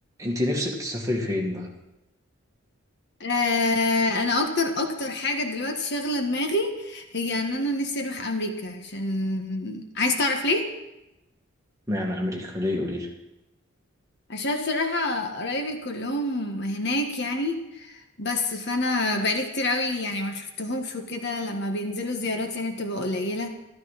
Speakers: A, on the right (about 15°); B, on the left (about 50°).
A: انت نفسك تسافري فين بقى؟
B: آه انا اكتر اكتر حاجه دلوقتي شاغله دماغي هي ان انا نفسي اروح امريكا عشان عايز تعرف ليه
A: معنى امريكا ليه قولي
B: عشان بصراحة قرايبي كلهم هناك يعني بس فانا بقالي كتير قوي يعني ما شفتهمش وكده لما بينزلوا زيارات يعني بتبقى قليلة